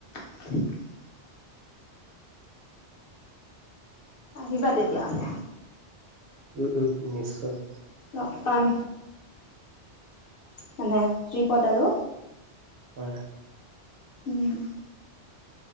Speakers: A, on the left (about 60°); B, on the right (about 65°).
A: <inaudible> আহিবা তেতিয়াহলে
B: উম উম উম নিশ্চয়
A: লগ পাম মানে ট্ৰিপত আৰু
B: হয়
A: উম